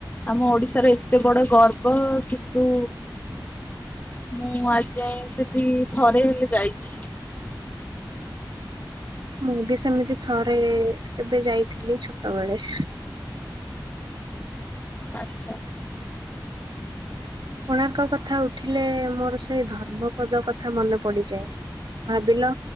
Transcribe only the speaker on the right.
ମୁଁ ବି ସେମିତି ଥରେ କେବେ ଯାଇଥିଲି ଛୋଟବେଳେ
କୋଣାର୍କ କଥା ଉଠିଲେ ମୋର ସେଇ ଧର୍ମପଦ କଥା ମନେ ପଡିଯାଏ ଭାବିଲ